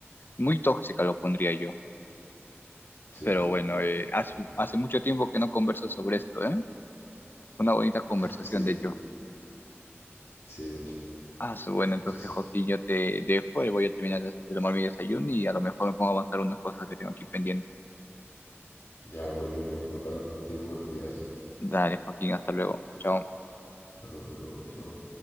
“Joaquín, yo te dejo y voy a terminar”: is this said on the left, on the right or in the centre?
Left